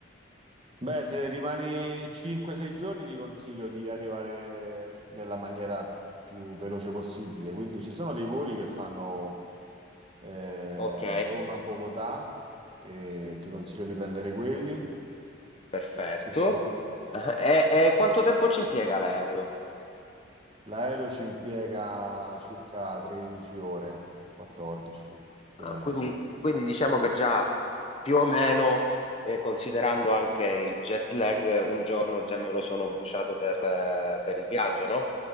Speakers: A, on the right; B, on the left.
A: Beh, se rimani 5-6 giorni ti consiglio di arrivare nella maniera più veloce possibile. Quindi ci sono dei voli che fanno eh,
B: Ok,
A: Roma-Bogotà e
B: sì,
A: ti consiglio di prendere quelli.
B: perfetto.
A: Sì, sì.
B: Ah, E, e quanto tempo ci impiega l'aereo?
A: L'aereo ci impiega circa 13 ore, 14 più
B: Ah,
A: o meno,
B: quindi,
A: sì.
B: quindi diciamo che già più o meno, eh, considerando anche il jet lag, un giorno già me lo sono bruciato per, eh, per il viaggio, no?